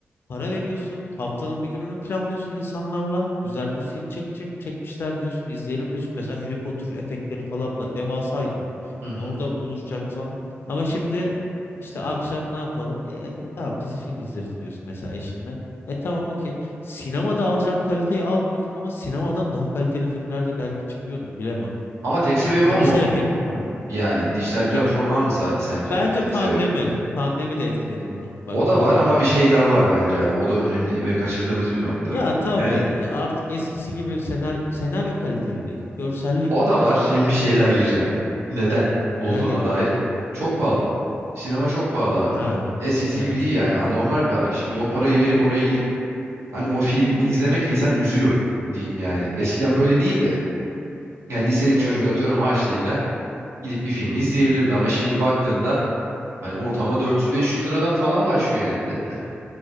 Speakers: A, on the left; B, on the right.
A: Para veriyorsun, haftanın bir gününü planlıyorsun insanlarla. Güzel bir film çekecek, çekmişler diyorsun, izleyelim diyorsun. Mesela Harry Potter efektleri falan da devasaydı.
B: Hı hı.
A: Ya Orada buluşacak falan. Ama şimdi işte akşam ne yapalım? E, e, tamam dizi film izleriz diyorsun mesela eşinle. E tamam okey. Sinemada alacağın kaliteyi almıyorsun ama sinemadan daha kaliteli filmler de belki çıkıyordur bilemem.
B: Ama tek
A: Hani
B: sebebi
A: görsel
B: o mu?
A: efekt olarak.
B: Yani dijital platformlar
A: Tek
B: mı sa- sence
A: bence
B: tek
A: pandemi.
B: sebebi?
A: Pandemi de etkiledi bunu. Bak
B: O da
A: pandemi
B: var ama
A: de çok
B: bir şey
A: etkiledi.
B: daha var bence abi. O da önemli ve kaçırdığımız bir nokta.
A: Ya tabii
B: Yani
A: artık eskisi gibi senaryo, senaryo kaliteli değil. Görsellik
B: o da var.
A: çok
B: Şimdi
A: uçuk.
B: bir şey daha gireceğim. Neden olduğuna
A: Merak ettim.
B: dair. Çok pahalı. Sinema çok pahalı abi.
A: Ha
B: Eskisi
A: evet.
B: gibi değil yani. Anormal para. Şimdi o parayı verip oraya gidip hani o <laughs> filmi izlemek insan üzüyor diyeyim yani. Eskiden böyle değildi. Yani liseli
A: Doğru.
B: bir çocuk atıyorum harçlığıyla gidip bir filmi izleyebilirdi ama şimdi baktığında hani ortama 400-500 liradan falan başlıyor yani biletler.